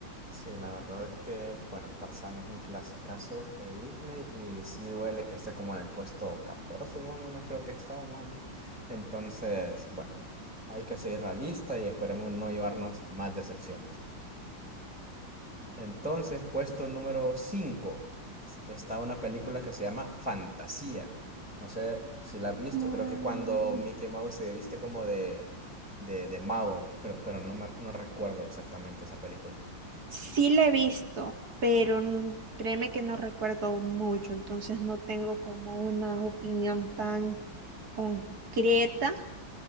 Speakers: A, in the centre; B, on the right.
A: Sí, la verdad es que, bueno, Tarzán es un clasicazo de Disney y sí duele que esté como en el puesto 14 más o menos, creo que estaba más o menos. Entonces, bueno, hay que seguir la lista y esperemos no llevarnos más decepciones. Entonces, puesto número 5 está una película que se llama Fantasía. No sé si la has visto,
B: Mm,
A: creo que es cuando Mickey Mouse se viste como de, de, de mago, creo, pero no, me, no recuerdo exactamente esa película.
B: Sí la he visto, pero n- créeme que no recuerdo mucho, entonces no tengo como una opinión tan concreta,